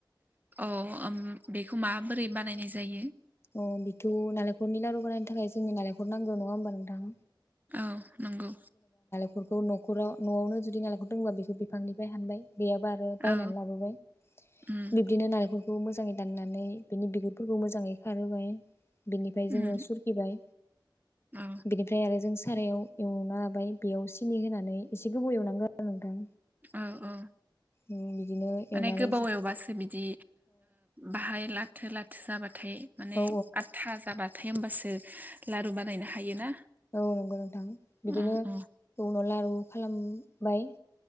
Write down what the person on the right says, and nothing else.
औ ओम बेखौ माबोरै बानायनाय जायो?
औ नंगौ।
औ
उम
उम
औ
औ औ
माने
गोबाव
एवबासो बिदि बाहाय ला थो लाथा जाबा थाय माने
आदथा जाबा थाय होमबासो लारु बानायनो हायोना।
अ अ